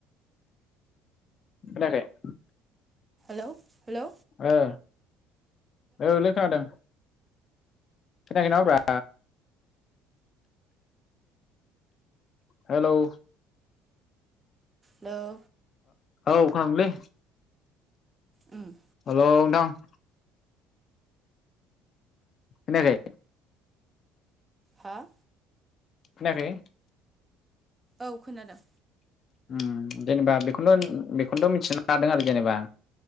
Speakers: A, on the left; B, on the right.
A: खोनायाखै
B: हेल' हेल'
A: ओ औ लै खोनादों खोनायाखै नामाब्रा हेल'
B: हेलौ
A: औ खोनादोंलै
B: उम
A: हेल' नोंथां खोनायाखै
B: हो
A: खोनायाखै
B: औ खोनादों
A: उम जेनेबा बेखौ बेखौथ' मिथिना लादों आरो जेनेबा